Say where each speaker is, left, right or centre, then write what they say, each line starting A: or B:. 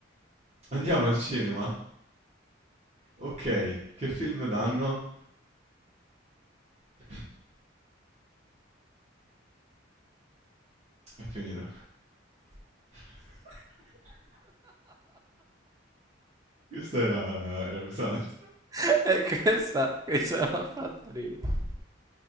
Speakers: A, on the right; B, on the right.
A: andiamo al cinema? Ok, che film danno? <laughs> È finita. <laughs> Questo era, era pesante.
B: <laughs> Eh, questa, questa mi ha fatto ridere.